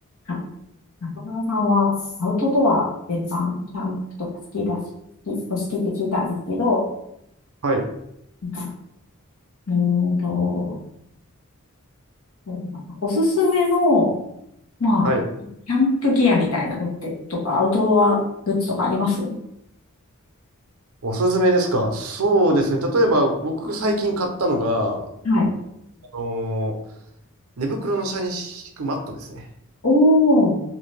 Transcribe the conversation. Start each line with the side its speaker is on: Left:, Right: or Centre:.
Left: あ中村さんはアウトドア全般、キャンプとか好きだし、好きお好きって聞いたんですけど、
Right: はい。
Left: なんか、うーんと、そうだなおすすめの、まあ、
Right: はい。
Left: キャンプギアみたいなのって、とか、アウトドアグッズとかあります
Right: おすすめですかそうですね。例えば、僕最近買ったのが、あ
Left: はい。
Right: のー寝袋の下に敷くマットですね。
Left: おー、